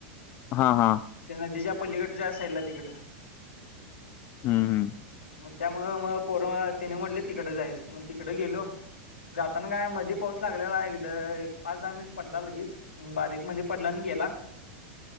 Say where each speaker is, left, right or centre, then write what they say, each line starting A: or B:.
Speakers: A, on the left (about 40°); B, on the left (about 80°).
A: हा- हा.
B: ते नदीच्या, पल्लीकडच्या साईडला तिकड
A: हम् हम्.
B: मग त्यामुळे मग पोर त्यानी म्हटले तिकडं जायचं मग तिकडं गेलो. जाताना काय, मध्ये पाऊस लागलेला, एकदा एक पाच दहा मिनिट पडला लगेच बारीक मध्ये पडला, आणि गेला.